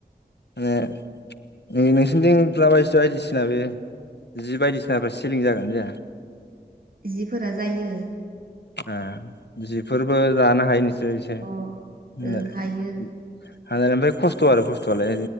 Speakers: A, on the left; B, on the right.
A: माने नोंसोरनिथिं <unintelligible> जि बायदिसिनाफ्रा सिलिं जागोनाना जाया
B: जिफोरा जायो
A: ए जिफोरबो दानो हायो नोंसि
B: ओं
A: <unintelligible>
B: हायो
A: <unintelligible> खस्थ आरो खस्थआलाय